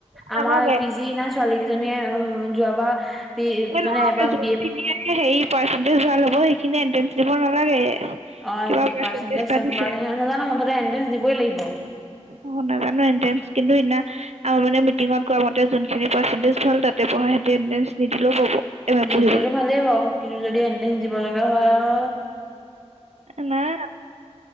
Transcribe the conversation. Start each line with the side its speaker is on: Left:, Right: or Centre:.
Right: নালাগে
Centre: আমাৰ পি জি ন ছোৱালী কেইজনীয়ে যোৱাবাৰ পি মানে
Right: নহয়
Centre: এবাৰ
Right: যোনিন
Centre: বি এ
Right: হ পাৰ্চেটেজ ভাল হ'ব সেইখিনি এন্ট্ৰেঞ্চ দিব নালাগে।
Centre: অ
Right: কিবা
Centre: পাৰ্চেন্টেজ
Right: এটা
Centre: নথকা
Right: দিছে
Centre: খিনি হয় নাজানো মুঠতে এন্ট্ৰেন্ঞ্চ দিবই লাগিব।
Right: অ' নাজানো এণ্ট্ৰে কিন্তু সিদিনা আৰু মানে মিটিঙত কোৱা মতে যোনখিনি পাৰ্চেন্টেজ ভাল তাতে পঢ়ে নিদিলেও পাব। এম এ
Centre: নিদিলেতো
Right: পঢ়িবলৈ।
Centre: ভালেই বাও কিন্তু যদি এণ্ট্ৰেন্স দিব লগা হয় আও
Right: নাই